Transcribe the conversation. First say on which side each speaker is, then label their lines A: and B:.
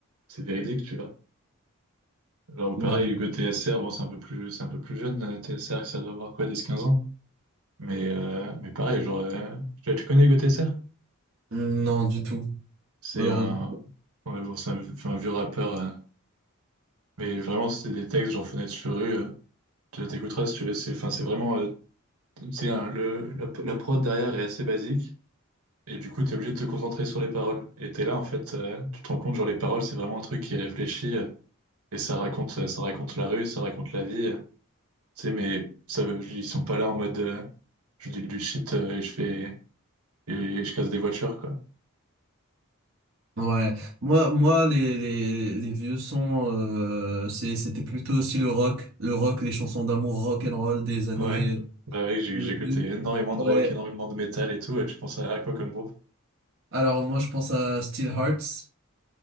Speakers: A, on the right (about 85°); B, on the right (about 60°).
A: c'est véridique, tu vois. Genre,
B: Ouais.
A: pareil, Hugo TSR, bon, c'est un peu plus, c'est un peu plus jeune, euh, TSR, ça doit avoir quoi, dix quinze ans. Mais, euh, mais pareil, genre, euh, tu tu connais Hugo TSR?
B: Non, du tout,
A: C'est
B: malheureusement.
A: un, ouais, bon, c'est un, enfin, un vieux rappeur. euh, Mais vraiment, c'est des textes genre Fenêtre sur rue. euh, tu t'écouteras si tu veux. C'est enfin, c'est vraiment. euh, tu sais, hein, le, la, la prod derrière est assez basique. Et du coup, t'es obligé de te concentrer sur les paroles. Et t'es là, en fait, euh, tu te rends compte, genre, les paroles, c'est vraiment un truc qui est réfléchi. euh, et ça raconte, euh, ça raconte la rue, ça raconte la vie. euh, tu sais, mais ça, veut- ils sont pas là en mode. euh, je dis du shit euh, et je fais. Et je casse des voitures, quoi.
B: Ouais. Moi, moi, les, les, les vieux sons, euh, c'est- c'était plutôt aussi le rock, le rock, les chansons d'amour rock and roll des années
A: Ouais. Bah oui, j'ai-
B: de,
A: j'écoutais
B: du-
A: énormément de
B: Ouais.
A: rock, énormément de métal et tout. Et tu penses à quoi comme groupe?
B: Alors moi, je pense à Steel Hearts,